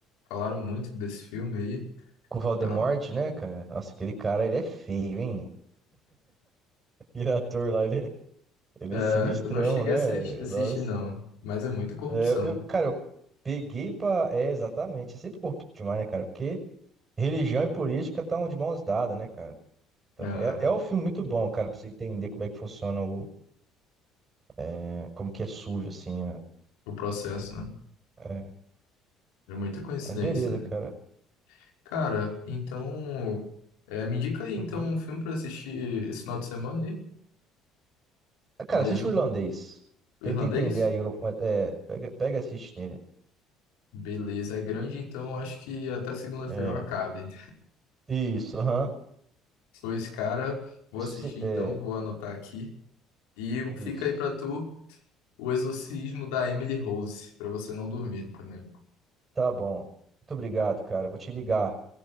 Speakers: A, on the left (about 85°); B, on the right (about 30°).
A: Falaram muito desse filme aí, e
B: Com o Valdemorte,
A: tal.
B: né, cara? Nossa, aquele cara, ele é feio, hein? Aquele ator lá, ele é, ele é
A: É,
B: sinistrão,
A: Eu não cheguei
B: né?
A: a assistir, assistir
B: Nossa.
A: não, mas é muita corrupção,
B: É, eu, cara, eu peguei pra... É, exatamente. É sempre corrupto demais, né, cara? Porque Religião e política estão de mãos dadas, né, cara? Então,
A: né?
B: é, é um filme muito bom, cara, pra você entender como é que funciona o, é, como que é sujo, assim. É.
A: O processo, né?
B: É,
A: É muita coincidência
B: Mas beleza,
A: mesmo.
B: cara.
A: Cara, então é, me indica aí então
B: Uhum.
A: um filme para assistir esse final de semana aí,
B: Ah, Cara,
A: mais
B: assiste
A: um,
B: o irlandês.
A: o
B: Tenta
A: irlandês.
B: entender aí. o- É, é, pega, pega e assiste nele.
A: Beleza, é grande, então acho que até segunda-feira
B: É.
A: eu acabe.
B: Isso, aham.
A: Pois, cara, vou
B: Se-
A: assistir
B: É,
A: então, vou anotar aqui. E
B: isso.
A: fica aí pra tu o exorcismo da Emily Rose, pra você não dormir também.
B: Tá bom. Muito obrigado, cara. Vou te ligar